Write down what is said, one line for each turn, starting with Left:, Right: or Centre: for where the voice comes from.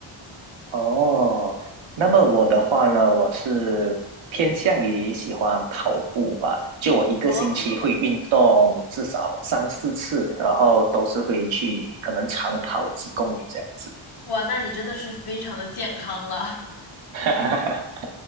Right: 哦，那么我的话呢，我是偏向于喜欢跑步吧，就我一个星期会运动至少三四次，
Left: 哦，
Right: 然后都是会去可能长跑几公里这样子。
Left: 哇，那你真的是非常的健康了。
Right: <laughs>